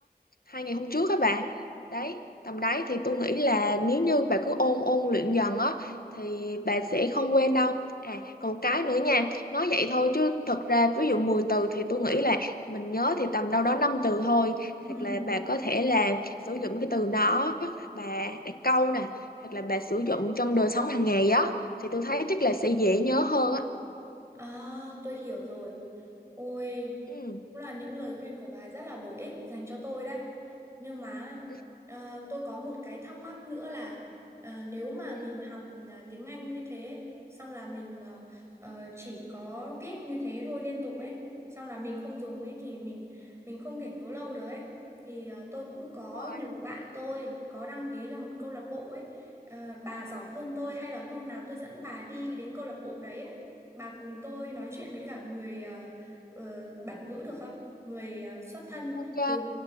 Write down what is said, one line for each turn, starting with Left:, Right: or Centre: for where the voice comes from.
Left: hai ngày hôm trước các bạn đấy tầm đấy thì tôi nghĩ là nếu như bà cứ ôn ôn luyện dần á thì bà sẽ không quên đâu À, còn một cái nữa nha, nói vậy thôi chứ thật ra ví dụ 10 từ thì tôi nghĩ là mình nhớ thì tầm đâu đó 5 từ thôi.
Right: ừ.
Left: Thật là bà có thể là sử dụng cái từ nó bà đặt câu nè, hoặc là bà sử dụng trong đời sống hàng ngày á thì tôi thấy chắc là sẽ dễ nhớ hơn á.
Right: À, tôi hiểu rồi. Ôi,
Left: Ừ.
Right: cũng là những lời khuyên của bà rất là bổ ích dành cho tôi đấy. Nhưng mà
Left: Ừ.
Right: ờ, tôi có một cái thắc mắc nữa là ờ, nếu mà
Left: Ừ,
Right: mình học ừ, tiếng Anh như thế, xong là mình ờ, ờ, chỉ có viết như thế thôi liên tục ấy, xong là mình không dùng ấy thì mình mình không thể nhớ lâu được ấy. Thì ờ, tôi cũng có
Left: Đúng rồi,
Right: nhiều bạn tôi có đăng ký cho một câu lạc bộ ấy. Ờ, bà giỏi hơn tôi hay là hôm nào tôi dẫn bà đi đến câu lạc bộ đấy ấy. Bà cùng tôi nói chuyện với cả người ờ, ờ, bản ngữ được không? Người ờ, xuất thân
Left: ok.
Right: từ